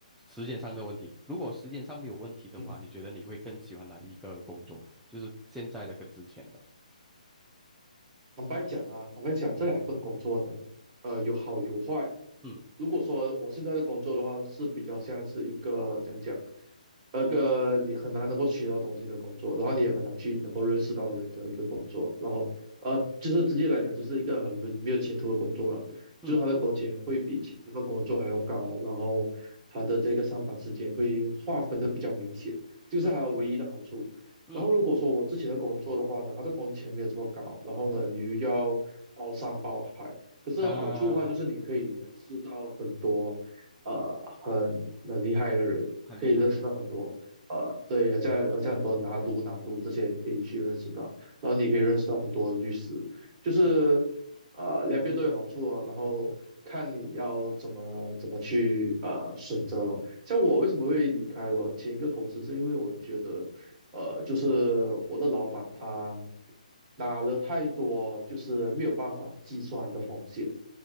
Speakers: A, in the centre; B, on the right (about 30°).
A: 时间上的问题。如果时间上没有问题的话，
B: 嗯。
A: 你觉得你会更喜欢哪一个工作啊？就是现在的跟之前的？
B: 坦白讲啊，坦白讲，这两份工作呢，呃，有好有坏。
A: 嗯
B: 如果说我现在的工作的话，是比较像是一个讲讲，那个你很难能够学到东西的工作，然后你也很难去能够认识到人的一个工作，然后呃，就是直接来讲，就是一个很不没有前途的工作了，
A: 嗯
B: 就是他的工钱会比其他的工作还要高，然后他的这个上班时间会划分的比较明显，这个是他唯一的好处。
A: 嗯嗯
B: 然后如果说我之前的工作的话呢，他的工钱没有这么高，然后呢，
A: 嗯，
B: 你又要包山包海，可是好处的话就是你可以认识到很多。
A: 啊，
B: 呃很很厉害的人，
A: 很厉害的人，
B: 可以认识到很多呃对，好像好像很多拿督拿督这些你可以去认识到，
A: 对对对，
B: 然后你可以认识到很多律师，就是呃两边都有好处哦，
A: 嗯。
B: 然后看你要怎么怎么去呃选择了。像我为什么会离开我前一个公司，是因为我觉得呃就是我的老板他。拿了太多就是没有办法计算的风险，